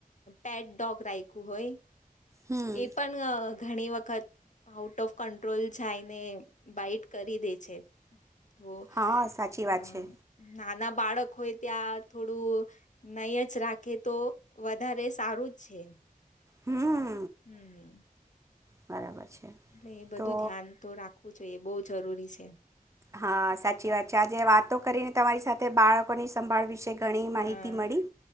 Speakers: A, on the left (about 55°); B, on the right (about 20°).
A: પેટ ડોગ રાયખું હોય
B: હમ
A: એ પણ અહ ઘણી વખત આઉટ ઓફ કંટ્રોલ જાયને બાઈટ કરી દે છે. તો
B: હા, સાચી
A: હમ
B: વાત છે.
A: નાના બાળક હોય ત્યાં થોડું નય જ રાખે તો વધારે સારું છે.
B: હમ્મ.
A: હમ્મ.
B: બરાબર છે.
A: એટલે એ બધું
B: તો
A: ધ્યાન તો રાખવું જોઈએ બહુ જ જરૂરી છે.
B: હા સાચી વાત છે. આજે વાતો કરીને તમારી સાથે બાળકોની સંભાળ વિશે ઘણી
A: હા
B: માહિતી મળી.